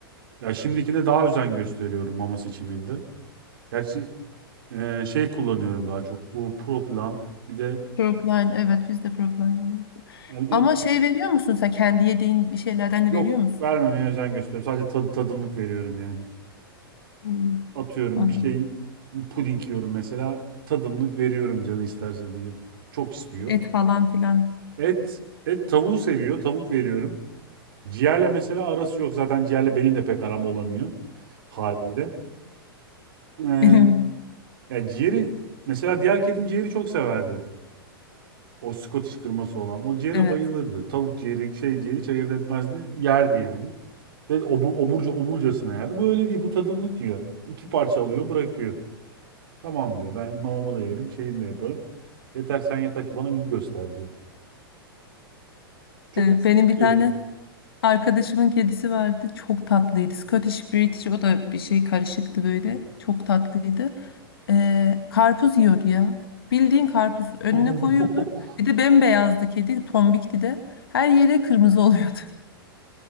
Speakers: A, on the right; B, on the left.
A: Ya şimdikine daha özen gösteriyorum mama seçiminde. Gerçi e, şey kullanıyorum daha çok. Bu Proplan. Bir de
B: Propline evet biz de propline alıyoruz.
A: bir de
B: Ama şey veriyor musun sen kendi yediğin bir şeylerden
A: yok
B: de veriyor musun?
A: vermemeye özen gösteriyorum. Sadece tad- tadımlık veriyorum yani.
B: Hmm.
A: atıyorum
B: Anladım.
A: bir şey puding yiyorum mesela tadımlık veriyorum canı isterse diye. Çok istiyor.
B: Et falan filan.
A: Et et tavuğu seviyor. Tavuk veriyorum. Ciğerle mesela arası yok. Zaten ciğerle benim de pek aram olamıyor haliyle. Ee,
B: <laughs> Benim
A: ya ciğeri mesela diğer kedim ciğeri çok severdi. O Scottish kırması olan. O ciğere
B: evet.
A: bayılırdı. Tavuk ciğeri, şey ciğeri hiç ayırt etmezdi. Yerdi yani. Ve obur, oburca, oburcasına yerdi. Bu öyle değil. Bu tadımlık yiyor. İki parça alıyor, bırakıyor. Tamam diyor. Ben mamamı da yerim. Şeyimi de yaparım. Yeter sen yeter ki bana ilgi göster diyor. Çok
B: Ee,
A: uslu
B: Benim
A: bir kedi.
B: bir tane Arkadaşımın kedisi vardı. Çok tatlıydı. Scottish British o da bir şey karışıktı böyle. Çok tatlıydı. Ee, karpuz yiyordu ya. Bildiğin karpuz önüne
A: <laughs>
B: koyuyordu. Bir de bembeyazdı kedi. Tombikti de. Her yere kırmızı oluyordu.